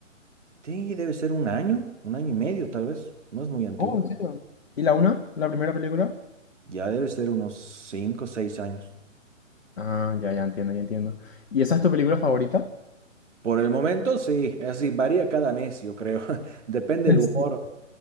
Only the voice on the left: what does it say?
Oh, ¿en serio? ¿Y la una? ¿La primera película?
Ah, ya, ya entiendo, ya entiendo. ¿Y esa es tu película favorita?
<laughs>